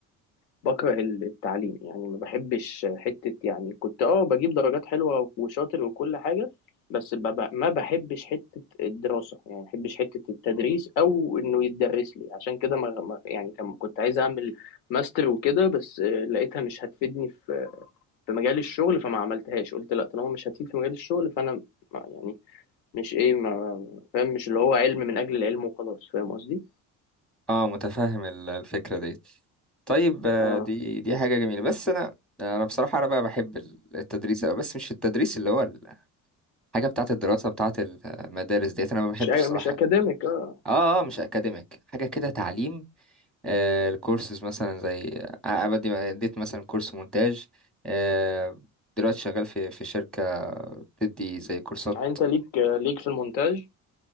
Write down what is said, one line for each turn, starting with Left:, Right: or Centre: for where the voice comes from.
Left: بكره ال- التعليم يعني ما بحبش حتة يعني كنت اه بجيب درجات حلوة وشاطر وكل حاجة بس ب- ب- ما بحبش حتة الدراسة يعني ما بحبش حتة التدريس أو إنه يتدرس لي عشان كده ما ما- يعني كان- كنت عايز أعمل ماستر وكده بس آه، لقيتها مش هتفيدني في في مجال الشغل فما عملتهاش قلت لا طالما مش هتفيد في مجال الشغل فأنا ما- يعني مش إيه ما فاهم مش اللي هو علم من أجل العلم وخلاص فاهم قصدي؟
Centre: اه متفهم ال- الفكرة دي طيب آه،
Left: اه
Centre: دي دي حاجة جميلة بس انا انا بصراحة انا بقى بحب ال- التدريس أوي، بس مش التدريس اللي هو الحاجة بتاعة الدراسة بتاعة المدارس ديت انا ما بحبش
Left: مش
Centre: الصراحة
Left: مش أكاديميك اه
Centre: اه اه مش اكاديميك حاجة كده تعليم آه، الكورسز مثلا زي آه، بدي اديت مثلا كورس مونتاج آه، دلوقتي شغال في في شركة بتدي زي كورسات
Left: يعني انت ليك ليك في المونتاج